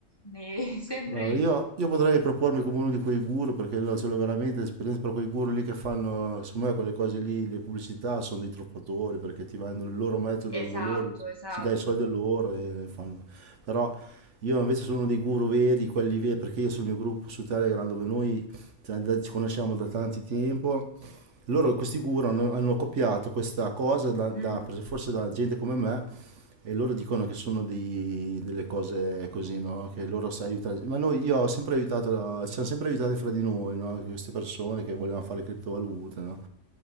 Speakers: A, on the left (about 20°); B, on the right (about 65°).
A: ne <laughs> sempre
B: Guarda,
A: lì.
B: io, io potrei propormi come uno di quei guru perché io ce l'ho veramente esperienza, però quei guru lì che fanno, secondo me quelle cose lì, le pubblicità sono dei truffatori perché ti vendono il loro metodo
A: Esatto,
B: dove loro
A: esatto.
B: si dà i soldi a loro e fanno. Però io invece sono uno dei guru veri, quelli veri, perché io sul mio gruppo su Telegram dove noi cioè, da- ci conosciamo da tanti tempo, loro questi guru hanno, hanno copiato questa cosa da, da-
A: Mm.
B: forse da gente come me e loro dicono che sono dei- delle cose così, no? Che loro si aiutano. Ma noi, io ho sempre aiutato, la- ci siamo sempre aiutati fra di noi, no? Queste persone che volevano fare le criptovalute, no?